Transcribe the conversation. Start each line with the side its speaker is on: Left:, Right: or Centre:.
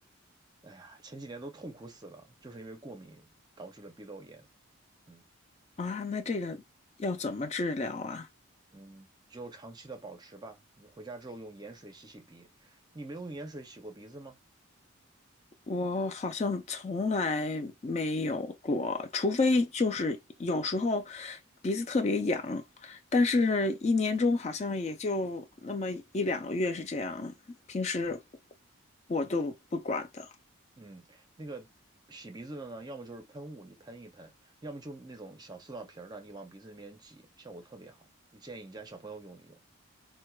Right: 哎呀，前几年都痛苦死了，就是因为过敏导致的鼻窦炎。嗯。
Left: 啊，那这个要怎么治疗啊？
Right: 嗯，就长期的保持吧。你回家之后用盐水洗洗鼻，你没有用盐水洗过鼻子吗？
Left: 我好像从来没有过，除非就是有时候鼻子特别痒，但是一年中好像也就那么一两个月是这样，平时我都不管的。
Right: 嗯，那个洗鼻子的呢，要么就是喷雾，你喷一喷，要么就那种小塑料瓶儿的，你往鼻子里面挤，效果特别好。你建议你家小朋友用一用。